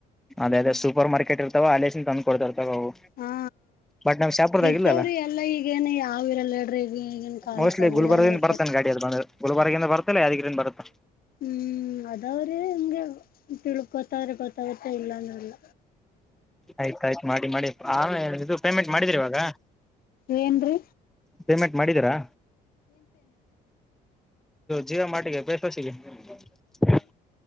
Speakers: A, in the centre; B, on the left.
A: ಅದೇ ಅದೇ ಸೂಪರ್ ಮಾರ್ಕೆಟ್ ಇರ್ತವ ಅಲಸನ್ ತಂದು ಕೊಡ್ತರ್ತವ ಅವು
B: ಹಾ
A: ಬಟ್ ನಮ್ ಶಾಪುರದಾಗಿಲ್ಲಲ್ಲ
B: ಇರ್ತವ್ರಿ ಎಲ್ಲಾ ಈಗೇನ್ ಯಾವ್ ಇರಲ್ಲ ಹೇಳ್ರಿ ಈಗ ಈಗಿನ ಕಾಲಕ್ಕೆ
A: ಮೋಸ್ಟ್ಲಿ
B: ಎಲ್ಲಾನು
A: ಗುಲ್ಬರ್ಗಿಂದ
B: ಇರ್ತವ
A: ಬರ್ ಗಾಡಿ ಅದ ಬಂದ ಗುಲ್ಬರ್ಗಿಂದ ಬತ್ತಲ್ಲ ಯಾದಗಿರಿ ಇಂದ ಬರುತ್ತಾ
B: ಹ್ಮ್ ಅದವ್ರೆ ನಿಮ್ಗೆ ತಿಳ್ ಗೊತ್ತಾವ್ರೆ ಗೊತ್ತಾಗತ್ತೆ ಇಲ್ಲ ಅಂದಲ್ಲ
A: ಆಯ್ತಾಯಯ್ತು ಮಾಡಿ ಮಾಡಿ ಆ ಇದು ಪೇಮೆಂಟ್ ಮಾಡಿದ್ರಿ ಇವಾಗ
B: ಏನ್ರಿ,
A: ಪೇಮೆಂಟ್ ಮಾಡಿದ್ದೀರಾ. ಜೀವ ಮಾಡಿಗೆ ಬೇಸ್ವಸಿಗೆ <unintelligible>